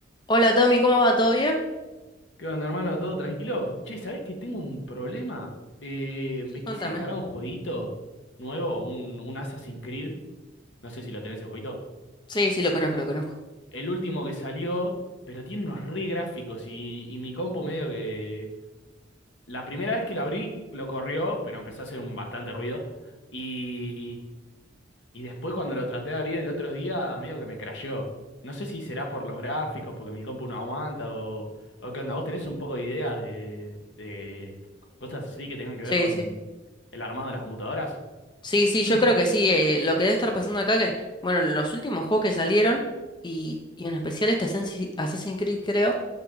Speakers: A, on the left; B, on the left.
A: Hola Tommy, ¿cómo va? ¿Todo bien?
B: ¿Qué onda, hermano? ¿Todo tranquilo? Che, ¿sabés que tengo un problema? Eh,
A: Sí,
B: me
A: contame.
B: quise descargar un jueguito nuevo, un, un Assassin's Creed. No sé si lo tenés el jueguito.
A: Sí, sí, lo conozco, lo conozco.
B: El último que salió, pero tiene unos re gráficos y, y mi compu medio que, la primera vez que lo abrí, lo corrió, pero empezó a hacer un bastante ruido. Y, y y después cuando lo traté de abrir el otro día, medio que me crasheó. No sé si será por los gráficos, porque mi compu no aguanta o, o qué onda. ¿Vos tenés un poco de idea de, de cosas así que tengan que
A: Sí,
B: ver con
A: sí.
B: el armado de las computadoras?
A: Sí, sí, yo creo
B: <clears throat>
A: que sí. eh, lo que debe estar pasando acá que, bueno, los últimos juegos que salieron, y, y en especial este Assassin's Assassin's Creed, creo,